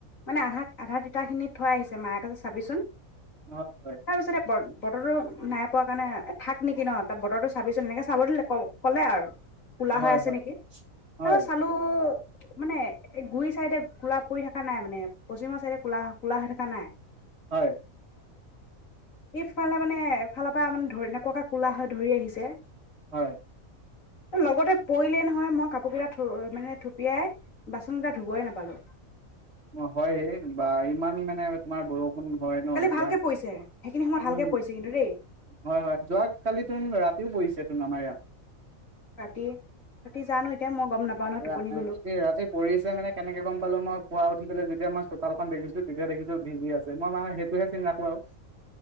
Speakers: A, on the left (about 70°); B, on the right (about 50°).
A: মানে আধা আধা তিতখিনিত থৈ আহিছে। মায়ে কথা চাবিচোন।
B: হয় হয়।
A: তাৰপিছতে বতৰটো নাই পোৱা কাৰণে থাক নেকি ন ত বতৰটো চাবিচোন এনেকে চাব দিলে ক'লে আৰু। কোলা
B: হয়
A: হৈ আছে
B: হয়
A: নেকি তাৰপ
B: হয় হয়
A: চালো। মানে এই গুৰি চাইডে কোলা পৰি থকা নাই মানে পশ্চিমৰ চাইডে কোলা কোলা হৈ থাক জনাই
B: হয়
A: ইফালে মানে এফালৰ পৰা মানে ধৰি এনেকুৱাকে কোলা হয় ধৰি আহিছে
B: হয়
A: লগতে পৰিলেই নহয় মই কাপোৰ কেইটা মানে থুপিয়াই বাচন কেইটা ধুবই নাপালো।
B: অ হয় হ বা ইমান মানে তোমাৰ বৰষ োন হয় ন
A: কালি
B: এতিয়া
A: ভালকে পৰিছে সেইখিনি সময়ত ভালকে
B: উম
A: পৰিছে কিন্তু দেই
B: হয় হয় যোৱা কালি ত ৰাতিও পৰিছে নমা
A: ৰাতি ৰাতি জানো এতিয়া মই। গম নাপাও নহয়
B: ৰাতি
A: টোপনি গলো
B: ৰাতি পৰিছে মানে কেনেকে গম পালো মই পুৱা উঠি পেলাই যেতিয়া মই চোতালখন দেখিছো তেতিয়া দেখিছো ভিজি আছে মই মানে সেইটোহে চিনি ৰাখো আৰু।